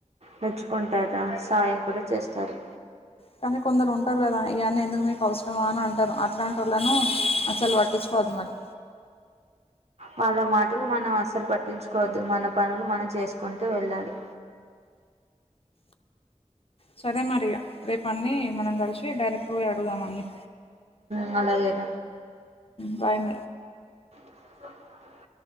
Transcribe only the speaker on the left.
కానీ కొందరు ఉంటారు కదా ఇవన్న ఎందుకు మీకు అవసరమా అని అంటారు అట్లాంటి వాళ్ళను అసలు వాటిచ్చకోదు మరి
సో అదే మరి అదే పని మనం కలిసి డైరెక్ట్ పోయి అడుగుదాం అన్ని
బాయ్ మ